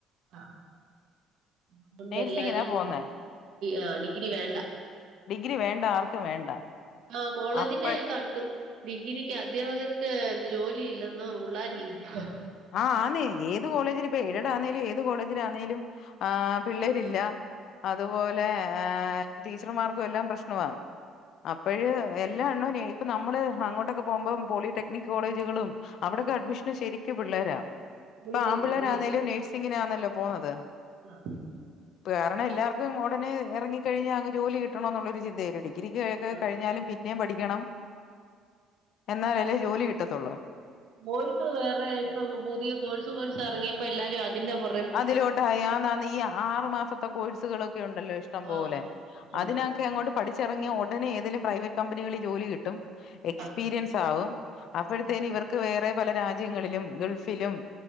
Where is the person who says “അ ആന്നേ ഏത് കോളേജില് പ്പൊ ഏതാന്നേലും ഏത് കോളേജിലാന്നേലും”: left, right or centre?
Left